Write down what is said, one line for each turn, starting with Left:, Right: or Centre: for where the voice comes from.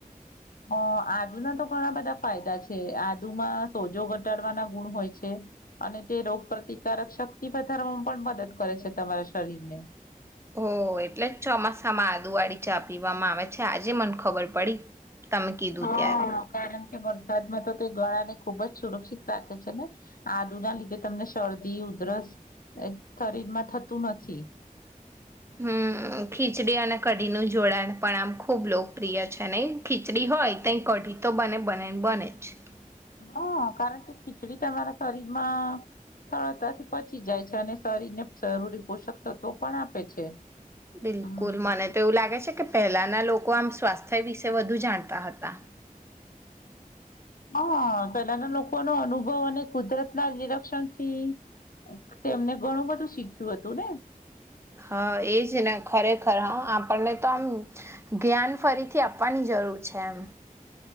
Left: અહ આદુના તો ઘણા બધા ફાયદા છે આદુમાં સોજો ઘટાડવાના ગુણ હોય છે. અને તે રોગ પ્રતિકારક શક્તિ વધારવામાં પણ મદદ કરે છે તમારા શરીરને.
Right: ઓ એટલે જ ચોમાસામાં આદુવાળી ચા પીવામાં આવે છે આજે મન ખબર પડી તમે કીધું
Left: હા
Right: ત્યારે.
Left: કારણ કે વરસાદમાં તો તે ગળાને ખુબ જ સુરક્ષિત રાખે છે ને આદુ ના લીધે તમને શરદી ઉધરસ એ શરીરમાં થતું નથી.
Right: હમ્મ ખીચડી અને કઢીનું જોડાણ પણ આમ ખૂબ લોકપ્રિય છે અને ખીચડી હોય તો કઢી તો બને બને ને બને જ.
Left: હા, કારણ કે ખીચડી તમારા શરીરમાં સરળતાથી પચી જાય અને શરીર ને જરૂરી પોષક તત્વો પણ આપે છે.
Right: બિલકુલ
Left: હમ.
Right: મને તો એવું લાગે છે કે પહેલાના લોકો આમ સ્વાસ્થ્ય વિશે વધુ જાણતા હતા.
Left: હા, પેલાના લોકોનો અનુભવ અને કુદરતના નિરીક્ષણ થી અહ તેમને ઘણું બધું શીખ્યું હતું ને.
Right: હા, એજ ને ખરેખર હા આપણને તો આમ ધ્્યાન ફરીથી આપવાની જરૂર છે એમ.